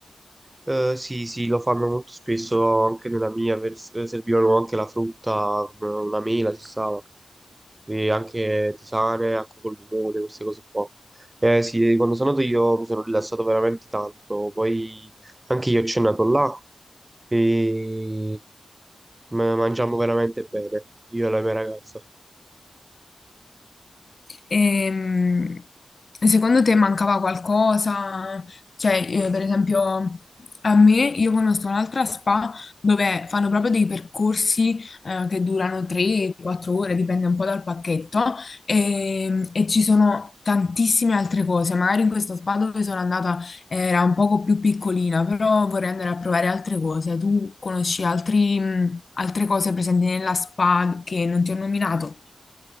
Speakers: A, on the right (about 15°); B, on the left (about 40°).
A: Eh, sì, sì, lo fanno molto spesso anche nella mia, vers- eh, servivano anche la frutta, come una mela ci stava, e anche tisane, acqua col limone, queste cose qua. Eh sì, quando sono andato io mi sono rilassato veramente tanto, poi anche io ho cenato là e ma- mangiamo veramente bene, io e la mia ragazza.
B: Ehm, secondo te mancava qualcosa? Cioè, io, per esempio, a me, io conosco un'altra spa dove fanno proprio dei percorsi eh, che durano 3-4 ore, dipende un po' dal pacchetto, ehm, e, ci sono tantissime altre cose. Magari in questa spa dove sono andata era un poco più piccolina, però vorrei andare a provare altre cose. Tu conosci altri, mh, altre cose presenti nella spa che non ti ho nominato?